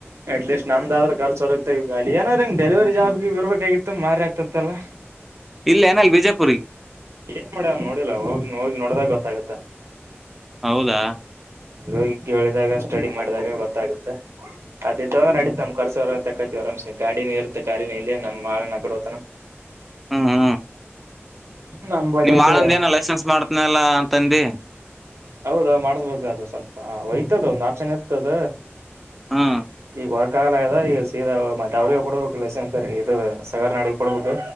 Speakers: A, on the right; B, in the centre.
A: ಅಟ್ಲೀಸ್ಟ್ ನಂದಾದ್ರರು ಕರ್ಚು ಹೊರಗ್ತ ಈವ ಅ ಏನಾದ್ರ ಹಂಗ್ ಡೆಲಿವರಿ ಜಾಬ್ ಗೀಬ್ ಇರ್ಬೇಕಾಗಿತ್ತು ಬಾರಿ ಆಗ್ತತ್ತಲ್ಲಾ.
B: ಇಲ್ಲ ಏನಲ್ ಬಿಜಯಪುರ್ಗೆ
A: ಏನ್ ಮಾಡ್ಯವ್ನ್ ನೋಡಿಲ್ಲ ಹೋಗಿ ಹೋಗಿ ನೋಡ್ದಾಗ ಗೊತ್ತಾಗತ್ತ.
B: ಹೌದಾ
A: ಓಗಿ ಕೇಳಿದಾಗ ಸ್ಟಡಿ ಮಾಡಿದಾಗ ಗೊತ್ತಾಗುತ ಅ ಇಡ್ವಿಯಾಂಡ್ರ ನಡೀತ್ ನಮ್ ಕರ್ಸ ಎಲ ತಕತಿ ಆರಾಮ್ಸ ಗಾಡಿ ನೀ ಇರುತ್ತೆ ಗಾಡಿನಲ್ಲಿ ನಮ್ಮಳ ನಗಡ ಹತನ
B: ಹ್ಮ ಹಾ
A: ನಮ್ ಬಲೆ
B: ನಿಮ್
A: ಇದ್ದ
B: ಆಳಂದ ಏನ ಲೈಸೆನ್ಸ್ ಮಾಡ್ತನಲ್ಲ ಅಂತಂದಿ.
A: ಹೌದ ಮಾಡ್ಸ್ಬೇಕು ಅದು ಸ್ವಲ್ಪ ಒಯ್ತದ ಒಂದ್ ಆಪ್ಷನ್ ಇರ್ತದ
B: ಹಾ
A: ಈಗ ವರ್ಕ್ ಆಗಲ್ಲ ಆಗ್ಯದ ಈಗ ಸೀದಾ ಮತ್ತೆ ಅವ್ರಿಗ ಕೊಡ್ಬೇಕು ಲಲೆಸ ಅಂತ ಇದ ಸಗರ್ ನಾಡ ಕೊಡ್ಬೇಕು